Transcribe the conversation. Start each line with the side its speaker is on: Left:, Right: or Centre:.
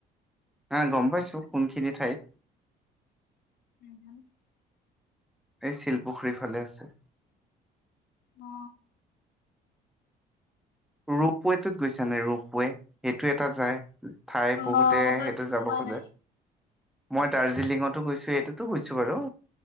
Centre: হ গম পাইছো কোনখিনি ঠাইত
Left: <unintelligible>
Centre: এই শিলপুখুৰীৰ ফালে আছে।
Left: অ
Centre: ৰূপৱেটোত গৈছা নাই ৰূপৱে সেইটো এটা যায়। ঠাই
Left: অ',
Centre: বহুতে
Left: তাত
Centre: সেইটো যাব
Left: যোৱা
Centre: খোজে।
Left: নাই।
Centre: মই দাৰ্জিলিঙতো গৈছো এইটোতো গৈছো বাৰু